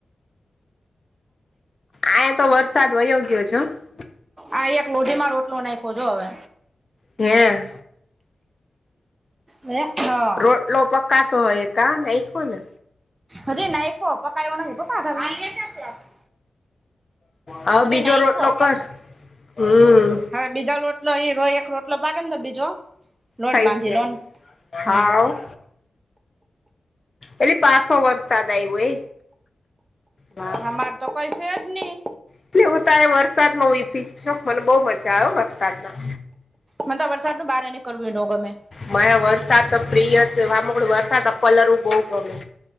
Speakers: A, on the left; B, on the right.
A: આય તો વરસાદ વયો ગયો <unintelligible>
B: આ એક લોઢીમાં રોટલો નાખયો જો હવે.
A: હે.
B: એ હા.
A: રોટલો પકાતો હોય એ કા ને નાય ખો ને
B: અરે નાયખો પકાયો નહી <unintelligible>
A: હ બીજો
B: નાયખો
A: રોટલો
B: પક
A: કર હમ્મ.
B: હવે બીજા લોટલો અહી રો એક લોટલો ભાગને બીજો. લોટ
A: થઈ
B: બાંધી
A: જાય
B: લોન
A: હા
B: હમ
A: હો. એટલે પાસો વરસાદ આવ્યો એ હા.
B: અમાર તો કઈ છે જ નહી
A: એટલે હું તય વરસાદમાં હુતી છું મને બહુ મજા આવે વરસાદમાં
B: મન તો વરસાદ નું બહાર નીક કરવું એ ન ગમે
A: મારે વરસાદ તો પ્રિય છે વામક વરસાદ પલરવું બહુ ગમે